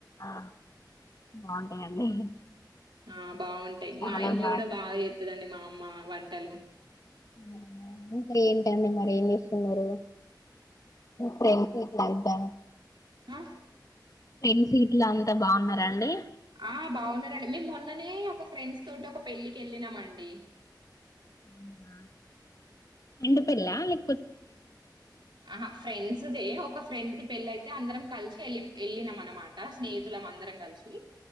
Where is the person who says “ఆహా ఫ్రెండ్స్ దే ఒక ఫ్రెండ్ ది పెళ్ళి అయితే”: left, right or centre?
Right